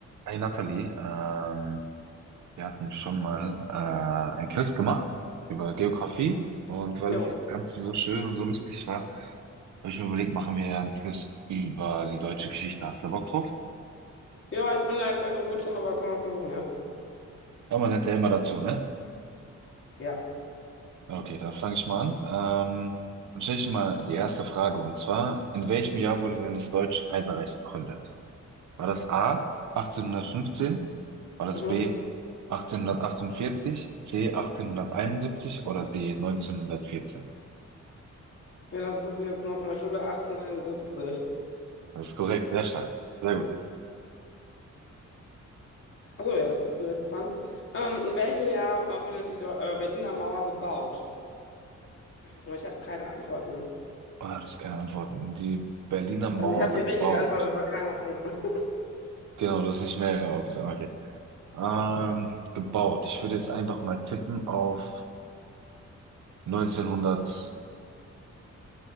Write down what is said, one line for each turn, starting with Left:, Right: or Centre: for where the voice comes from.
Right: Hey Nathalie, ähm, wir hatten schon mal äh, ein Quiz gemacht über Geografie und weil
Left: Jo.
Right: das Ganze so schön und so lustig war, habe ich mir überlegt, machen wir ja ein Quiz über die deutsche Geschichte. Hast du Bock drauf?
Left: Ja, ich bin da jetzt nicht so gut drin, aber kann man versuchen, ja.
Right: Ja, man lernt ja immer dazu, ne?
Left: Ja.
Right: Okay, dann fange ich mal an. Ähm, dann stelle ich mal die erste Frage und zwar, in welchem Jahr wurde denn das Deutsche Kaiserreich gegründet? War das A 1815? War das
Left: Mhm.
Right: B 1848, C 1871 oder D 1914?
Left: Ja, das wusste ich jetzt noch von der Schule 1871.
Right: Das ist korrekt, sehr stark, sehr gut.
Left: Achso, ja, da bist du jetzt dran. Ähm, in welchem Jahr äh, wurde die Deu- äh, Berliner Mauer gebaut? Aber Ich habe keine Antworten.
Right: Ah, das ist keine Antwort. Die Berliner Mauer
Left: Also ich habe
Right: gebaut.
Left: die richtige Antwort, aber keine Ahnung. <laughs>
Right: Genau, das ist nicht mehrere Optionen. Okay. Ähm, gebaut. Ich würde jetzt einfach mal tippen auf 1933.